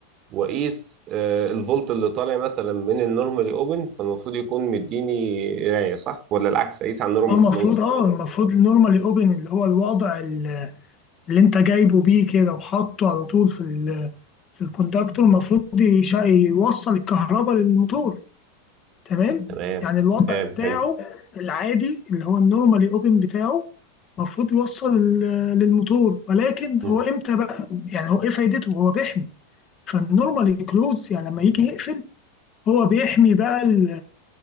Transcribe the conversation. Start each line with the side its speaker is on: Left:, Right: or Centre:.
Right: واقيس آه، الفولت اللي طالع مثلا من النورمالي اوبن فالمفروض يكون مديني قرايه صح ولا العكس اقيس على النورمالي
Left: اه المفروض
Right: كلوز
Left: اه المفروض النورمالي اوبن اللي هو الوضع ال- اللي انت جايبه بيه كده وحاطه على طول في ال- في الكونتاكتور المفروض يشا- يوصل الكهرباء للموتور تمام
Right: تمام
Left: يعني الوضع
Right: تمام
Left: بتاعه
Right: حلو
Left: العادي اللي هو النورمالي اوبن بتاعه المفروض يوصل لل- للموتور ولكن
Right: مم.
Left: هو امتى بقى يعني هو ايه فايدته هو بيحمي فالنورمالي كلوز يعني لما يجي يقفل هو بيحمي بقى ال